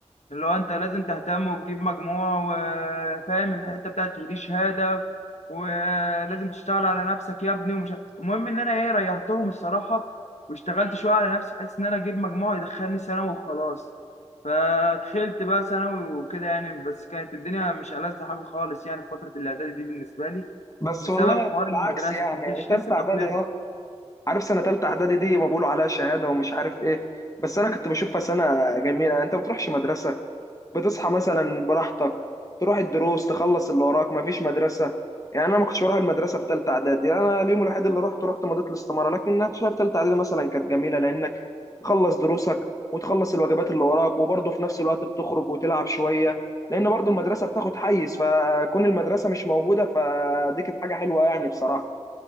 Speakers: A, on the left; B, on the left.
A: اللي هو انت لازم تهتم وتجيب مجموع وفاهم الحته بتاعت ودي شهاده ولازم تشتغل على نفسك يا ابني ومش ه- المهم ان انا ايه ريحتهم الصراحه واشتغلت شويه على نفسي بحيث ان انا اجيب مجموع يدخلني ثانوي وخلاص فدخلت بقى ثانوي وكده يعني بس كانت الدنيا مش ألذ حاجه خالص يعني في فتره الاعدادي دي بالنسبه لي
B: بس
A: بسبب
B: والله
A: حوار
B: بالعكس
A: المدرسه
B: يعني
A: كنتش
B: تالتة
A: لسه اتأقلمت
B: اعدادي اهو عارف سنه تالتة اعدادي دي ما بيقولوا عليها شهاده ومش عارف ايه بس انا كنت بشوفها سنه جميله يعني انت ما بتروحش مدرسه بتصحى مثلا براحتك تروح الدروس تخلص اللي وراك ما فيش مدرسه يعني انا ما كنتش بروح المدرسه في تالتة اعدادي انا اليوم الوحيد اللي رحت رحت مضيت الاستماره لكن انا شايف تالتة اعدادي مثلا كانت جميله لان تخلص دروسك وتخلص الواجبات اللي وراك وبرضه في نفس الوقت بتخرج وتلعب شوية لأن برضه المدرسة بتاخد حيز فكون المدرسة مش موجودة فدي كانت حاجة حلوة يعني بصراحة